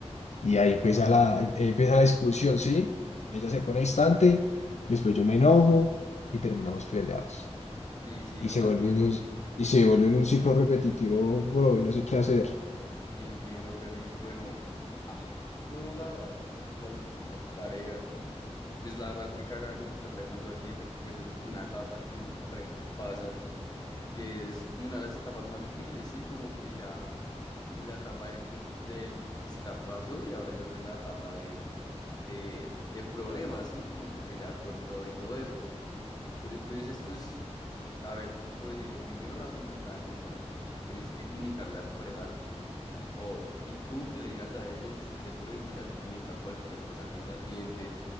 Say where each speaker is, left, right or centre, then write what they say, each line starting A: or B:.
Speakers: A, on the left; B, on the left.
A: y ahí empieza la, ahí empieza la discusión, ¿sí? Ella se pone
B: Sí,
A: distante, después yo me enojo y terminamos peleados
B: sí, sí,
A: y
B: no
A: se vuelve
B: entiendo,
A: un, y se vuelve en un ciclo repetitivo, bro, y no sé qué hacer.
B: entiendo, perri. Bueno, ah, esto la verdad le pasa, tú sabes que a muchas parejas. Y pues la verdad, qué cagada que te está pasando a ti, porque pues es como una etapa que muchas parejas pasan, que es como una de las etapas más difíciles, ¿sí? Como que ya en la etapa del, con- del conquistar pasó y ahora ya está en la etapa de, de, de problemas, ¿sí? Como que pelear por todo y todo eso. Pero entonces esto es, a ver, ¿qué te puedo decir? Lo primero, la comunicación, bro. Tienes que comunicarle a tu pareja todo. Y tú que le digas a ella y estés seguro de que ella te comunica cualquier cosa que ella siente,